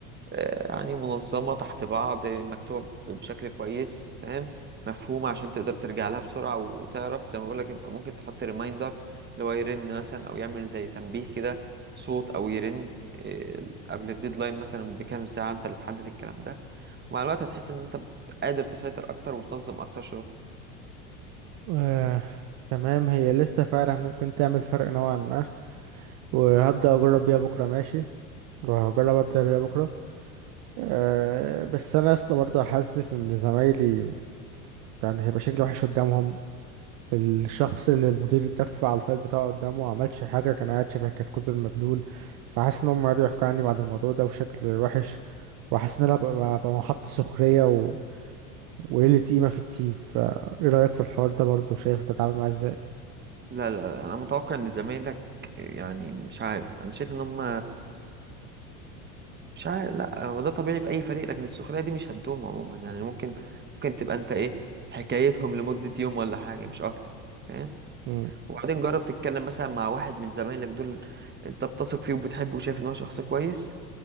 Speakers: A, on the right; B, on the right.
A: آه، يعني منظمة تحت بعض آه، مكتوبة بشكل كويس فاهم مفهومة عشان تقدر ترجع لها بسرعة وتعرف زي ما بقولك يبقى ممكن تحط ريمايندر اللي هو يرن مثلا أو يعمل زي تنبيه كده صوت أو يرن آه، قبل الديدلاين مثلا بكام ساعة أنت اللي تحدد الكلام ده ومع الوقت هتحس ان انت بتس- قادر تسيطر اكتر وتنظم اكتر
B: آه... تمام هي لسه فعلا ممكن تعمل فرق نوعا ما وهبدأ أجرب بيها بكرة ماشي وهجرب أبدأ بيها بكرة أه بس أنا لسه برضه حاسس إن زمايلي يعني هيبقى شكلي وحش قدامهم الشخص اللي المدير اتف على الفايل بتاعه قدامه وعملش حاجة كان قاعد شبه كتكوت المبلول فحاسس ان هم قعدوا يحكوا عني بعد الموضوع ده بشكل وحش وحاسس ان انا ببقى ببقى محط سخرية و... وقلة قيمة في التيم فايه رأيك في الحوار ده برضه شايف انت اتعامل معاه ازاي
A: لا لا لا انا متوقع ان زمايلك يعني مش عارف انا شايف ان هم مش عارف لا هو ده طبيعي في اي فريق لكن السخريه دي مش هتدوم عموما يعني ممكن ممكن تبقى انت ايه حكايتهم لمده يوم ولا حاجه مش اكتر فاهم
B: مم.
A: وبعدين جرب تتكلم مثلا مع واحد من زمايلك دول انت بتثق فيه وبتحبه وشايف ان هو شخص كويس